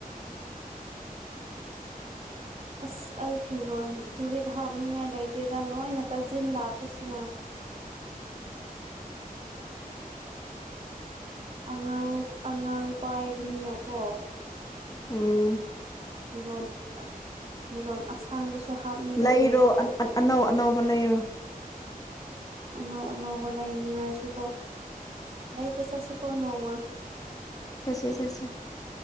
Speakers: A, on the right; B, on the left.
A: ꯑꯁ ꯑꯩ ꯐꯤꯔꯣꯟꯜ ꯐꯨꯔꯤꯠ ꯍꯥꯞꯅꯤꯡꯉꯥꯏ ꯂꯩꯇꯦꯗ ꯂꯣꯏꯅ ꯇꯥꯁꯤꯟ ꯂꯥꯛꯄꯁꯤꯅ ꯑꯉꯥꯡ ꯑꯉꯥꯡ ꯄꯥꯏꯕꯅꯤꯅꯀꯣ
B: ꯎꯝ
A: ꯐꯤꯔꯣꯟ ꯐꯤꯔꯣꯟ ꯑꯁꯥꯡꯕꯁꯨ ꯍꯥꯞꯅꯤꯡꯗꯦ
B: ꯂꯩꯔꯣ ꯑꯅꯧ ꯑꯅꯧꯕ ꯂꯩꯔꯣ
A: ꯑꯅꯧ ꯑꯅꯧꯕ ꯂꯩꯅꯤꯡꯉꯥꯏꯁꯨꯀꯣ ꯂꯩꯕ ꯆꯠꯁꯤꯀꯣ ꯅꯣꯡꯃ
B: ꯆꯠꯁꯦ ꯆꯠꯁꯦ